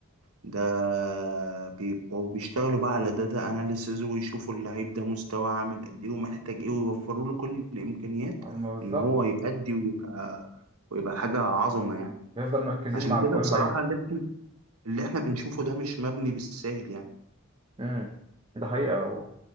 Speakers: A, on the right; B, on the right.
A: ده بيبقوا بيشتغلوا بقى على داتا اناليسز ويشوفوا اللعيب ده مستواه عامل قد ايه ومحتاج ايه ويوفروا له كل الامكانيات
B: بالظبط
A: ان هو يأدي ويبقى ويبقى حاجة عظمة يعني
B: بيفضل مركزين
A: عشان
B: مع
A: كده
B: كل
A: بصراحة
B: اللعيبه
A: اللي احنا اللي احنا بنشوفه ده مش مبني بالساهل يعني
B: امم ده حقيقه و...